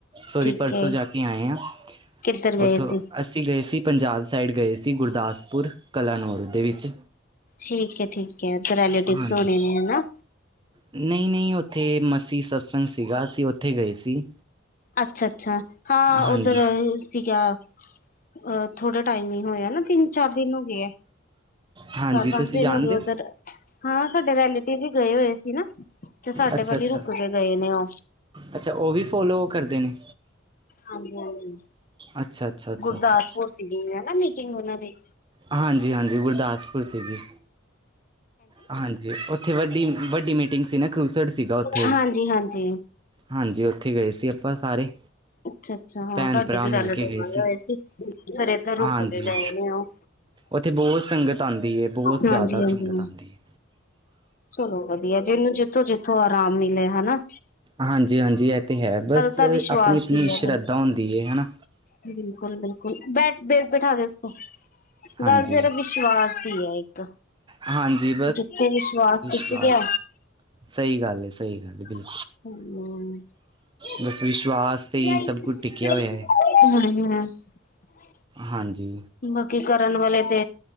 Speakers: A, on the right; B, on the left.
A: ਸੋਰੀ
B: ਠੀਕ
A: ਪਰਸੋਂ
B: ਐ।
A: ਜਾ ਕੇ ਆਏ ਹਾਂ।
B: ਕਿੱਧਰ ਗਏ
A: ਉੱਥੋਂ,
B: ਸੀ?
A: ਅਸੀਂ ਗਏ ਸੀ, ਪੰਜਾਬ ਸਾਈਡ ਗਏ ਸੀ ਗੁਰਦਾਸਪੁਰ। ਕਲਾ ਨੂਰ ਦੇ ਵਿੱਚ,
B: ਠੀਕ ਐ, ਠੀਕ ਐ ਤੇ ਰੈਲੇਟਿਵਸ
A: ਹਾਂਜੀ।
B: ਹੋਣੇ ਨੇ ਹਨਾ।
A: ਨਹੀਂ ਨਹੀਂ ਉੱਥੇ ਮਸੀ ਸਤਸੰਗ ਸੀਗਾ ਅਸੀਂ ਉੱਥੇ ਗਏ ਸੀ।
B: ਅੱਛਾ ਅੱਛਾ ਹਾਂ
A: ਹਾਂਜੀ
B: ਉੱਧਰ ਸੀਗਾ। ਅਹ ਥੋੜ੍ਹਾ ਟਾਈਮ ਹੀ ਹੋਇਆ ਨਾ ਤਿੰਨ ਚਾਰ ਦਿਨ ਹੋ ਗਏ ਏ।
A: ਹਾਂਜੀ
B: ਚਾਰ ਪੰਜ
A: ਤੁਸੀਂ
B: ਦਿਨ
A: ਜਾਣਦੇ
B: ਹੋ ਗਏ ਉੱਧਰ ਹਾਂ ਸਾਡੇ ਰੈਲੇਟਿਵ ਵੀ ਗਏ ਹੋਏ ਸੀ ਨਾ। ਤੇ ਸਾਡੇ
A: ਅੱਛਾ
B: ਵਲ
A: ਅੱਛਾ
B: ਈ ਰੁਕ ਕੇ ਗਏ ਨੇ ਉਹ।
A: ਅੱਛਾ ਉਹ ਵੀ ਫੋਲੋ ਕਰਦੇ। ਨੇ
B: ਹਾਂਜੀ ਹਾਂਜੀ
A: ਅੱਛਾ ਅੱਛਾ ਅੱਛਾ
B: ਗੁਰਦਾਸਪੁਰ
A: ਅੱਛਾ
B: ਸੀਗੀ ਹੈਨਾ। ਤੇ ਉਹਨਾਂ ਦੇ।
A: ਹਾਂਜੀ ਹਾਂਜੀ ਗੁਰਦਾਸਪੁਰ ਸੀ ਜੀ। ਹਾਂਜੀ ਉੱਥੇ ਵੱਡੀ ਵੱਡੀ ਮੀਟਿੰਗ ਸੀ ਨਾ। ਖੂਸੜ ਸੀਗਾ ਉੱਥੇ
B: ਹਾਂਜੀ-ਹਾਂਜੀ
A: ਹਾਂਜੀ ਉੱਥੇ ਗਏ ਸੀ ਆਪਾਂ ਸਾਰੇ।
B: ਅੱਛਾ-ਅੱਛਾ ਹਾਂ
A: ਭੈਣ
B: ਤੁਹਾਡੇ
A: ਭਰਾ
B: ਵੀ ਰੈਲੇਟਿਵ
A: ਮਿਲ ਕੇ ਗਏ
B: ਆਏ ਹੋਏ ਸੀ ਘਰੇ ਤੇ ਰੁਕ
A: ਹਾਂਜੀ
B: ਕੇ ਗਏ ਨੇ ਉਹ।
A: ਉੱਥੇ ਬਹੁਤ ਸੰਗਤ ਆਂਦੀ ਏ ਬਹੁਤ
B: ਹਾਂਜੀ-ਹਾਂਜੀ।
A: ਜ਼ਿਆਦਾ ਸੰਗਤ ਆਂਦੀ ਏ।
B: ਚਲੋ ਵਧੀਆ ਜਿਹਨੂੰ ਜਿੱਥੋਂ ਜਿੱਥੋਂ ਅਰਾਮ ਮਿਲੇ ਹੈਨਾ।
A: ਹਾਂਜੀ ਹਾਂਜੀ ਇਹ ਤੇ ਹੈ ਬਸ
B: ਤਾਂ ਵਿਸ਼ਵਾਸ
A: ਅਪਨੀ ਅਪਣੀ
B: ਦੀ ਹੈ
A: ਸ਼ਰਧਾ ਹੁੰਦੀ ਏ ਹੈਨਾ।
B: ਬਿਲਕੁਲ ਬਿਲਕੁਲ। ਬੈਠ ਤੇ, ਬੈਠਾ ਦੇ ਉਸਕੋ।
A: ਹਾਂਜੀ
B: ਗੱਲ ਸਰਾ ਵਿਸ਼ਵਾਸ ਦੀ ਹੈ, ਇੱਕ।
A: ਹਾਂਜੀ
B: ਜਿੱਥੇ ਵਿਸ਼ਵਾਸ। ਟਿਕ
A: ਬਸ,
B: ਗਿਆ
A: ਸਹੀ ਗੱਲ ਹੈ ਸਹੀ ਗੱਲ ਹੈ। ਬਿਲਕੁਲ
B: ਹੂੰ।
A: ਬਸ
B: ਹਾਜੀਂ,
A: ਵਿਸ਼ਵਾਸ ਤੇ ਹੀ ਸਭ ਕੁਝ ਟਿਕਿਆ ਹੋਇਆ
B: ਹਾ।
A: ਹੈ ਹਾਂਜੀ।
B: ਬਾਕੀ ਕਰਨ ਵਾਲੇ ਤੇ,